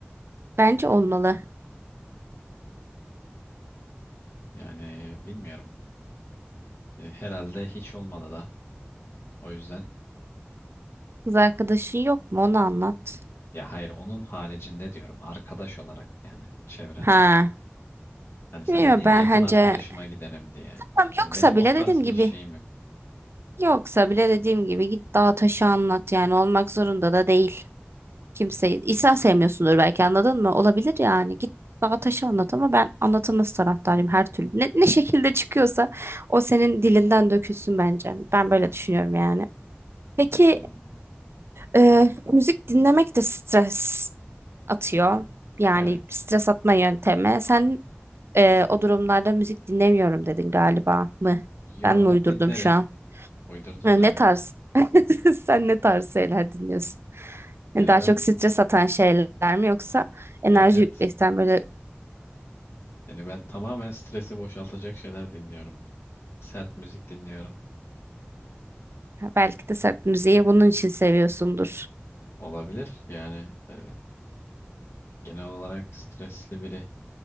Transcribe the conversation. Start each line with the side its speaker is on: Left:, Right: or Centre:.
Right: Bence olmalı.
Left: Yani bilmiyorum. E, herhalde hiç olmadı da. O yüzden
Right: Kız arkadaşın yok mu? Onu anlat.
Left: ya hayır onun haricinde diyorum arkadaş olarak yani çevrende.
Right: Ha.
Left: Hani sen
Right: Bilmiyorum
Left: dedin ya
Right: ben
Left: yakın
Right: bence
Left: arkadaşıma giderim diye.
Right: Tamam,
Left: Hani
Right: yoksa
Left: benim
Right: bile
Left: o tarz
Right: dediğim
Left: bir
Right: gibi
Left: şeyim yok.
Right: Yoksa bile dediğim gibi git dağa taşı anlat yani olmak zorunda da değil. Kimseyi insan sevmiyorsundur belki anladın mı? Olabilir yani git dağa taşı anlat ama ben anlatılması taraftarıyım her türlü. Ne, ne şekilde çıkıyorsa o senin dilinden dökülsün bence. Ben böyle düşünüyorum yani. Peki
Left: Hmm.
Right: e, müzik dinlemek de stres atıyor. Yani
Left: Evet.
Right: stres atma yöntemi. Sen e, o durumlarda müzik dinlemiyorum dedin galiba mı?
Left: Yo
Right: Ben mi uydurdum
Left: dinlerim.
Right: şu an?
Left: Uydurdun
Right: Ha, ne
Left: evet.
Right: tarz? <laughs> Sen ne tarz şeyler dinliyorsun? Yani
Left: Yani
Right: daha
Left: ben
Right: çok stres atan şeyler mi yoksa enerji
Left: evet evet.
Right: yükleyen böyle
Left: Yani ben tamamen stresi boşaltacak şeyler dinliyorum. Sert müzik dinliyorum.
Right: ha, belki de sert müziği bunun için seviyorsundur.
Left: Olabilir. Yani e, Genel olarak stresli biri